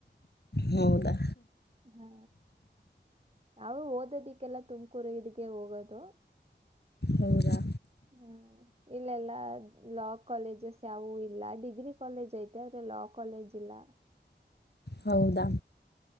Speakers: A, on the left (about 60°); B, on the right (about 30°).
A: ಹೌದಾ
B: ಹ್ಮ ನಾವು ಓದೋದಿಕ್ಕೆಲ್ಲ ತುಮಕೂರು ಇದಿಗೆ ಹೋಗೋದು
A: ಹೌದಾ
B: ಹ್ಮ್ ಇಲ್ಲೆಲ್ಲ ಲಾ ಕಾಲೇಜಸ್ ಯಾವು ಇಲ್ಲ ಡಿಗ್ರಿ ಕಾಲೇಜ್ ಐತೆ ಆದ್ರೆ ಲಾ ಕಾಲೇಜಿಲ್ಲಾ
A: ಹೌದಾ